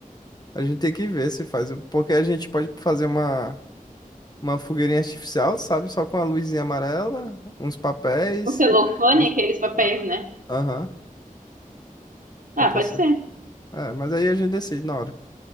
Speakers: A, on the left; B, on the right.
A: A gente tem que ver se faz, porque a gente pode fazer uma, uma fogueirinha artificial, sabe? Só com a luzinha amarela, uns papéis.
B: O celofane,
A: uns-
B: aqueles papéis,
A: ah,
B: né?
A: Aham. Pra
B: Ah,
A: pessoa.
B: pode ser.
A: É, mas aí a gente decide na hora.